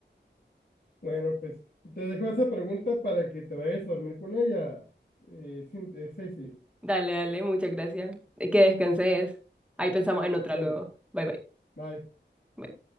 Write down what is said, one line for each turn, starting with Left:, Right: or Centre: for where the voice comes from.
Left: Bueno, pues te dejo esa pregunta para que te vayas a dormir con ella. Eh, sí, eh, sí, sí.
Centre: Dale, dale, muchas gracias. Y que descanses. Ahí pensamos en otra
Left: Ándale.
Centre: luego. Bye, bye.
Left: Bye.
Centre: Bye.